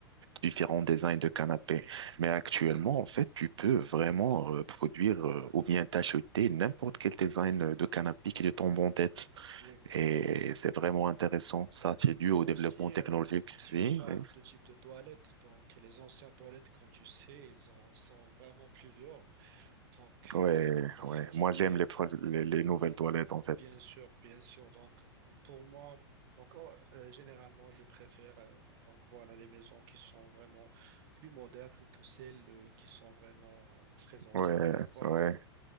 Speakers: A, on the right (about 80°); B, on the right (about 55°).
A: différents designs de canapés.
B: oui,
A: Mais actuellement, en fait, tu peux vraiment euh, produire euh, ou bien t'acheter n'importe quel design euh, de canapé qui te tombe en tête.
B: oui,
A: Et
B: tout à fait.
A: c'est vraiment intéressant. Ça, c'est dû
B: Et
A: au
B: aussi,
A: développement technologique.
B: euh, si
A: Oui,
B: on parle
A: oui.
B: de type de toilette, donc les anciennes toilettes, comme tu sais, elles en sont vraiment plus dures. Donc,
A: Ouais,
B: euh, pour
A: ouais.
B: pratiquer,
A: Moi, j'aime les, pro- les, les nouvelles toilettes, en fait.
B: bien sûr, bien sûr. Donc, pour moi, donc, oh, euh, généralement, je préfère euh, donc voilà les maisons qui sont vraiment plus modernes que celles euh, qui sont vraiment euh, très anciennes.
A: Ouais,
B: Donc voilà,
A: ouais.